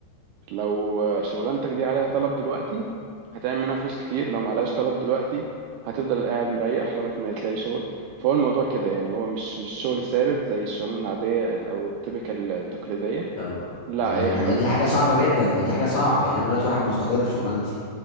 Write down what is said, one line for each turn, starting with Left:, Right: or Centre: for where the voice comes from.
Right: لو آه، شغلانتك دي عليها طلب دلوقتي هتعمل منها فلوس كتير لو معلهاش طلب دلوقتي هتفضل قاعد مريح لغاية ما تلاقي شغل فهو الموضوع كده يعني هو مش مش شغل ثابت زي الشغلانة العادية ال- أو التيبيكال التقليدية
Left: طب
Right: لا
Left: ما
Right: هي
Left: طب
Right: حاجات
Left: ما دي حاجه صعبه جدا ما دي حاجه صعبه يعني انا دلوقتي واحد مستقر في شغلانتي